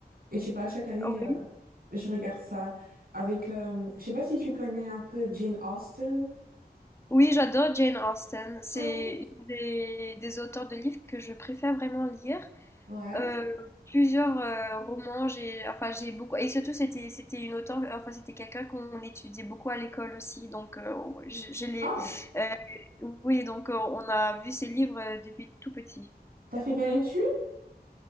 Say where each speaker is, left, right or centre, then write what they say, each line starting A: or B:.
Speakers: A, on the right (about 60°); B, on the left (about 15°).
A: Et je sais pas, chaque année,
B: Ah
A: euh,
B: Oui.
A: je regarde ça avec... euh, je sais pas si tu connais un peu Jane Austen.
B: Oui, j'adore Jane Austen. C'est
A: Mhm.
B: une des, des auteurs de livres que je préfère vraiment lire
A: Ouais.
B: Euh, plusieurs euh, romans, j'ai enfin j'ai beaucoup et surtout c'était c'était une auteure enfin c'était quelqu'un qu'on étudiait beaucoup à l'école aussi donc euh, on- je, je l'ai
A: Ah,
B: euh, oui donc euh, on a vu ses livres euh, depuis tout petit.
A: t'as fait quelle étude?